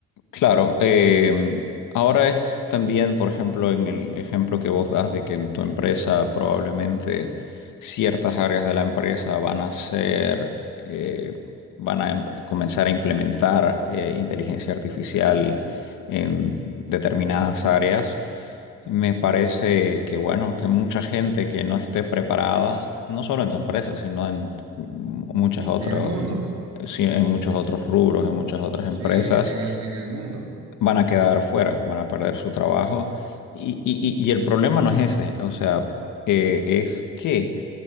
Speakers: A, on the left; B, on the right.
A: Claro, em, ahora es también, por ejemplo, en el ejemplo que vos das de que en tu empresa probablemente ciertas áreas de la empresa van a ser, eh, van a em- comenzar a implementar eh, inteligencia artificial en determinadas áreas. Me parece que, bueno, que mucha gente que no esté preparada, no solo en tu empresa, sino en mm, muchas otras,
B: en el mundo,
A: sí, en muchos otros rubros, en muchas otras
B: sí,
A: empresas,
B: en, en el, en el mundo,
A: van a quedar fuera, van a perder su trabajo. Y, y- y- y el problema no es ese, o sea, eh, es que